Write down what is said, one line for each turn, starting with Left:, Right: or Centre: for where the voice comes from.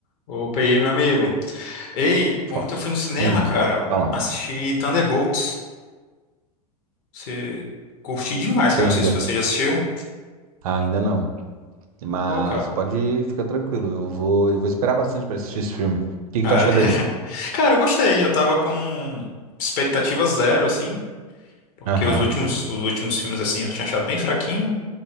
Left: Opa, e aí, meu amigo? Ei,
Right: Fa-
Left: ontem eu fui no cinema,
Right: Hum,
Left: cara.
Right: fala.
Left: Assisti Thunderbolts. Você curti demais,
Right: Achei
Left: cara. Não
Right: Ainda,
Left: sei se você já assistiu.
Right: ainda não. Mas
Left: Pô, cara.
Right: pode ficar tranquilo. Eu vou, eu vou esperar bastante pra assistir esse filme. O que que
Left: Ah,
Right: tu achou
Left: é. <laughs>
Right: dele?
Left: Cara, eu gostei. Eu tava com expectativa zero, assim. Porque
Right: Aham,
Left: os últimos, os últimos filmes, assim, eu tinha achado bem fraquinho.